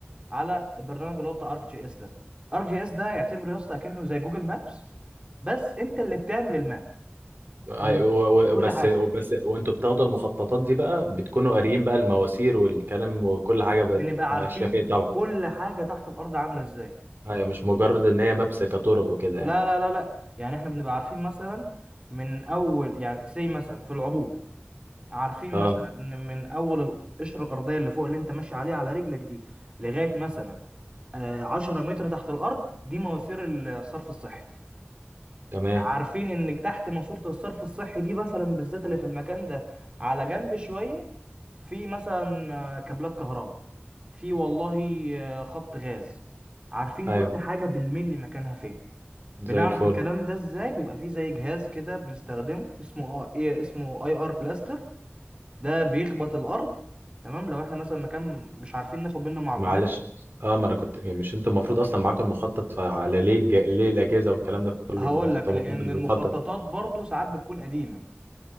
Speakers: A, on the right; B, on the right.
A: على البرنامج اللي هو بتاع ارك جي اس ده ارك جي اس ده اعتبره يا اسطى كأنه زي جوجل مابس بس انت اللي بتعمل الماب
B: أي-
A: من-
B: و- و-
A: بكل
B: وبس
A: حاجة
B: وبس وانتوا بتاخدوا المخططات دي بقى بتكونوا قاريين بقى المواسير والكلام وكل حاجه بت...
A: بنبقى
B: ماشيه
A: عارفين
B: فين طبعا
A: كل حاجة تحت الأرض عاملة ازاي
B: ايوه مش مجرد ان هي مابس كطرق وكده يعني
A: لا لا لا لا يعني احنا بنبقى عارفين مثلا من اول يعني سي مثلا في العبور عارفين
B: اه
A: مثلا ان من اول القشره الارضيه اللي فوق اللي انت ماشي عليها على رجلك دي لغايه مثلا آه، 10 متر تحت الارض دي مواسير الصرف الصحي
B: تمام
A: عارفين ان تحت ماسوره الصرف الصحي دي مثلا بالذات اللي في المكان ده على جنب شويه في مثلا آه، كابلات كهرباء في والله آه، خط غاز عارفين
B: ايوه
A: كل حاجه بالملي مكانها فين
B: زي
A: بنعرف
B: الفل
A: الكلام ده ازاي بيبقى فيه زي جهاز كده بنستخدمه اسمه اه ايه اسمه اي ار بلاستر ده بيخبط الارض تمام لو احنا مثلا مكان مش عارفين ناخد منه معلومات
B: معلش اه ما انا كنت يعني، مش انتوا المفروض اصلا معاكم المخطط فعلى ليه الج... ليه الاجازه والكلام ده كله
A: هقول
B: ما انتوا
A: لك
B: المفروض
A: لان
B: المخطط
A: المخططات برضو ساعات بتكون قديمة